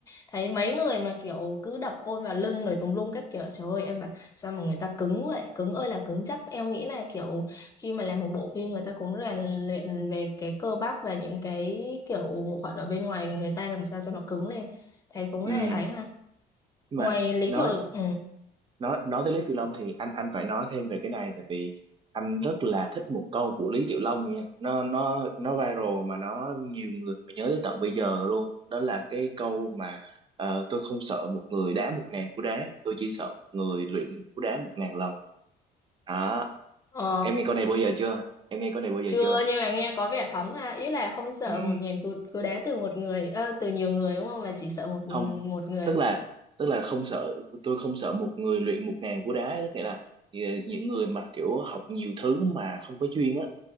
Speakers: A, on the left (about 20°); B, on the right (about 30°).
A: thấy mấy người mà kiểu cứ đập côn vào lưng rồi tùm lum các kiểu trời ơi em bảo sao mà người ta cứng vậy cứng ơi là cứng chắc em nghĩ là kiểu khi mà làm một bộ phim người ta cũng rèn luyện về cái cơ bắp và những cái kiểu bộ phận ở bên ngoài thì người ta làm sao cho nó cứng lên Thế cũng
B: ừ.
A: là ấy ha.
B: Nhưng
A: Ngoài
B: mà
A: Lý
B: nói
A: Tiểu Lực- ừ.
B: nói nói tới Lý Tiểu Long thì anh anh phải nói thêm về cái này tại vì anh rất là thích một câu của Lý Tiểu Long nha nó nó nó viral mà nó nhiều người phải nhớ tới tận bây giờ luôn đó là cái câu mà ờ, tôi không sợ một người đá một ngàn cú đá tôi chỉ sợ một người luyện một cú đá một ngàn lần đó
A: Ờ,
B: em nghe câu này bao giờ chưa em nghe câu này bao giờ
A: chưa
B: chưa
A: nhưng mà nghe có vẻ thấm ha. Ý là không sợ
B: ừ
A: một nghìn cú, cú đá từ một người, ờ, từ nhiều người đúng không? Mà chỉ sợ một
B: không
A: một người.
B: tức là tức là không sợ tôi không sợ một người luyện một ngàn cú đá nghĩa là ờ, những người mà kiểu học nhiều thứ mà không có chuyên á